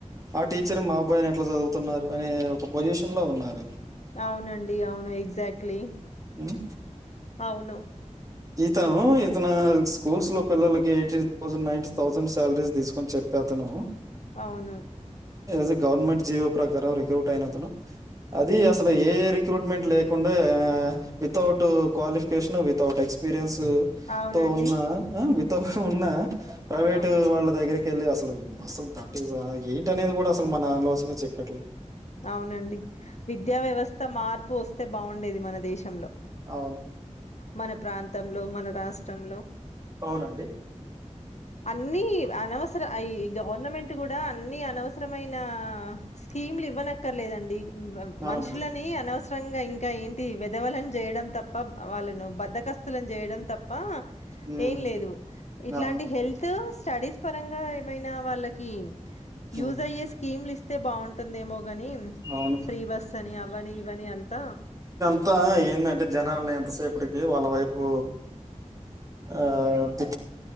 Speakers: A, on the right; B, on the left.
A: ఆ టీచర్ మా అబ్బాయిని ఎట్లా చదువుతున్నారు అనే ఒక పొజిషన్ లో ఉన్నారు
B: అవునండి అవును ఎగ్జాక్ట్లీ
A: మ్
B: అవును
A: ఇతను ఇతను స్కూల్స్ లో పిల్లలకి eighty thousand ninety thousand salaries తీసుకొని చెప్పేతను
B: అవును
A: జ్ గవర్నమెంట్ జియో ప్రకారం రిక్రూట్ అయినతను అది అసలు ఏ రిక్రూట్మెంట్ లేకుండా వితౌట్ క్వాలిఫై <unintelligible> వితౌట్ ఎక్స్పీరియన్స్
B: అవునండి.
A: తో ఉన్న త ఉన్నా ప్రైవేట్
B: అవును.
A: వాళ్ళ దగరి పెళ్ళి అసలు అస్సలు దట్జ ఏంటి అనేది కూడా అసలు మన లోస చెక్కెట్లా
B: అవునండి విద్యా వ్యవస్థ మార్పు వస్తే బాగుండేది మన దేశంలో
A: అవును
B: మన ప్రాంతంలో మన రాష్ట్రంలో
A: అవునండి
B: అన్ని అనవసర ఈ గవర్నమెంట్ కూడా అన్ని అనవసరమైన స్కీమ్లు ఇవ్వనక్కర్లేదండి
A: అవునండి.
B: మనుషులని అనవసర ష్టంగా ఇంకా ఏంటి వెధవలను చేయడం తప్ప, వాళ్ళను బద్దకస్తులను చేయడం తప్ప
A: హ్మ్.
B: ఏం లేదు ఇట్లాం
A: అవును.
B: హెల్త్ స్టడీస్ పరంగా మైన వాళ్ళకి
A: హ్మ్.
B: యూజ్ అయ్యే స్కీమ్లు ఇస్తే బాగుంటుందేమో ని
A: అవును.
B: ఫ్రీ బస్స్ అని అవ్వని ఇవ్వని అం త్త
A: అంత ఏందంటే జనాాలని ఎంతసేపటికి వాళ్ళ వైపు ఆ తి